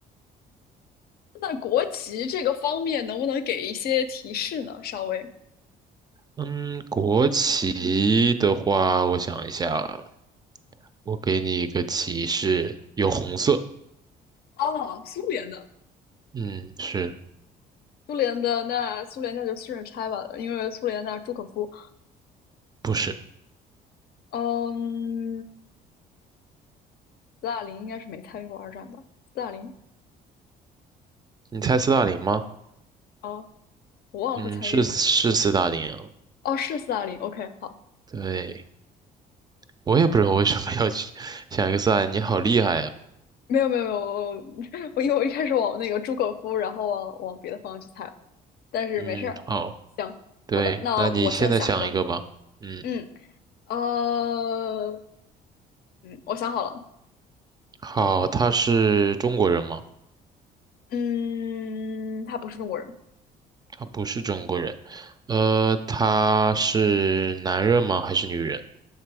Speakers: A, on the left; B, on the right.
A: 那国籍这个方面，能不能给一些提示呢？稍微
B: 嗯，国旗的话，我想一下啊我给你一个提示，有红色，
A: 哦，苏联的，
B: 嗯，是
A: 苏联的那苏联那就顺着拆吧，因为苏联那朱可夫，
B: 不是？
A: 嗯，斯大林应该是没参与过二战吧？斯大林
B: 你猜斯大林吗？
A: 啊，哦我忘了他参与，
B: 嗯，是是斯大林啊，
A: 哦，是斯大林。OK，好，
B: 对，我也不知道为什么要去 <laughs> 想一个斯大林你好厉害呀、
A: 没有没有没有，我我 <laughs> 因为我一开始往那个朱可夫，然后往往别的方向去猜了但是没事儿，
B: 嗯，好。
A: 行，
B: 对，
A: 好的，那我现在想一个，
B: 那你现在想一个吧。嗯，
A: 嗯，呃，嗯，我想好了。
B: 好，他是中国人吗？
A: 嗯，他不是中国人。
B: 他不是中国人。呃，他是男人吗？还是女人？